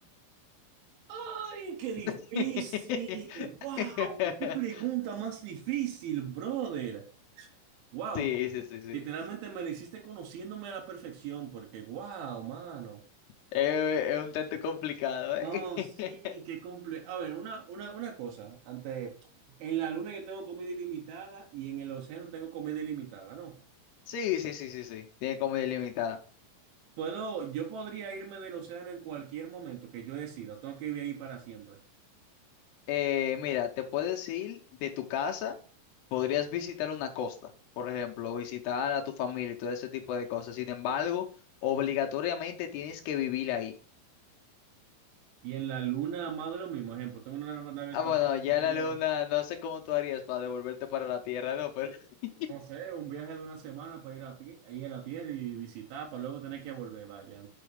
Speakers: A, on the right; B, on the left.
A: ¡Ay, qué difícil!
B: <laughs>
A: ¡Wow! ¡Qué pregunta más difícil, brother! ¡Wow!
B: Sí, sí, sí, sí.
A: Literalmente me la hiciste conociéndome a la perfección, porque ¡wow, mano!
B: Eh, Es, un tanto complicado, ¿eh?
A: No, sí,
B: <laughs>
A: qué comple... A ver, una, una, una cosa. Antes, en la luna yo tengo comida ilimitada y en el océano tengo comida ilimitada, ¿no?
B: Sí, sí, sí, sí, sí. Tiene como delimitada.
A: Puedo, yo podría irme del océano en cualquier momento que yo decida. Tengo que vivir ahí para siempre.
B: Eh, mira, te puedes ir de tu casa, podrías visitar una costa, por ejemplo, visitar a tu familia y todo ese tipo de cosas. Sin embargo, obligatoriamente tienes que vivir ahí.
A: Y en la luna, más de lo mismo. Ejemplo, tengo una nave espacial
B: Ah, bueno, ya
A: y puedo...
B: la luna, no sé cómo tú harías para devolverte para la Tierra, no, pero <laughs>
A: No sé, un viaje de una semana para ir a, ti- ir a la tierra y visitar, para luego tener que volver, vaya.